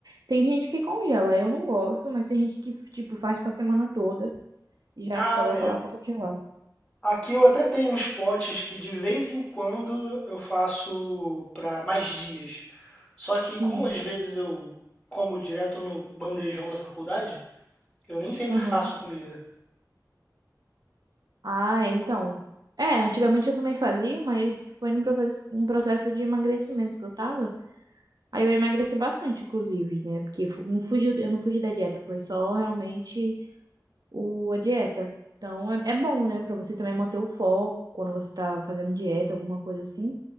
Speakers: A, on the right (about 65°); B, on the left (about 15°).
A: Tem gente que congela, eu não gosto, mas tem gente que, tipo, faz pra semana toda e já
B: Ah,
A: coloca
B: é.
A: lá pra congelar.
B: Aqui eu até tenho uns potes que de vez em quando eu faço para mais dias. Só que
A: Sim,
B: como às vezes eu como direto no bandejão da faculdade, eu nem sempre
A: aham.
B: faço comida.
A: Ah, é, então. É, antigamente eu também fazia, mas foi num proce- um processo de emagrecimento que eu tava. Aí eu emagreci bastante, inclusive, né? Porque fu- não fugiu, eu não fugi da dieta, foi só realmente o, a dieta. Então é, é bom, né? Pra você também manter o foco quando você tá fazendo dieta, alguma coisa assim